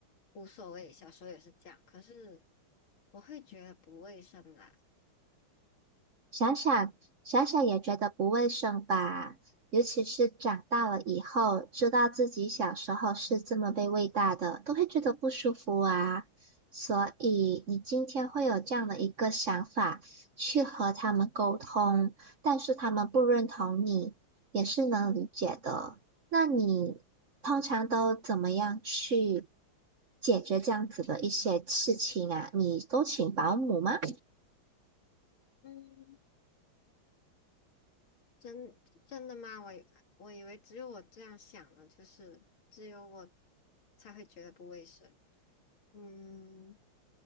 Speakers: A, on the left (about 80°); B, on the right (about 50°).
A: 无所谓，小时候也是这样。可是我会觉得不卫生啦。
B: 想想想想也觉得不卫生吧，尤其是长大了以后，知道自己小时候是这么被喂大的，都会觉得不舒服啊。所以你今天会有这样的一个想法，去和他们沟通，但是他们不认同你，也是能理解的。那你通常都怎么样去解决这样子的一些事情啊？你都请保姆吗？
A: 嗯，真真的吗？我以我以为只有我这样想呢，就是只有我才会觉得不卫生。嗯，